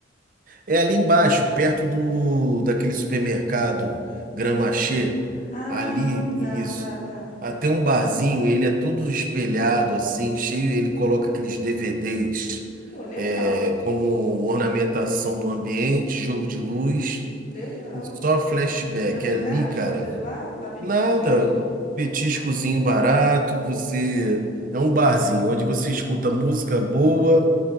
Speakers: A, on the right (about 45°); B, on the left (about 40°).
A: É ali embaixo, perto do daquele supermercado Gramaxé.
B: Ah,
A: Ali,
B: tá,
A: isso.
B: tá, tá.
A: Até um barzinho, ele é todo espelhado assim, cheio, ele coloca aqueles DVDs
B: Pô, legal,
A: é, como ornamentação do ambiente, jogo de luz,
B: legal.
A: e só flashback.
B: Mas é
A: É ali,
B: caro as
A: cara,
B: coisas lá? Lá vende
A: nada,
B: petisco?
A: petiscozinho barato, você é um barzinho onde você escuta música boa,
B: Hum,